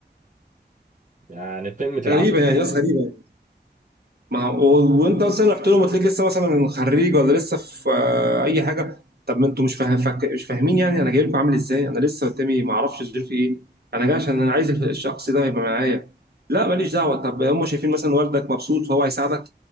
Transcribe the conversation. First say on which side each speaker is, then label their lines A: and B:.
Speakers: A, on the right; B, on the right.
A: يعني قمة العبث
B: غريبه يعني ناس غريبه يعني ما هو وانت مثلا رحت لهم وتلاقيك لسه مثلا خريج ولا لسه في آه، اي حاجه طب ما انتوا مش فاهم فك- مش فاهمين يعني انا جاي لكم عامل ازاي انا لسه قدامي ما اعرفش ظروفي ايه انا جاي عشان انا عايز الشخص ده يبقى معايا لا ماليش دعوه طب هم شايفين مثلا والدك مبسوط فهو هيساعدك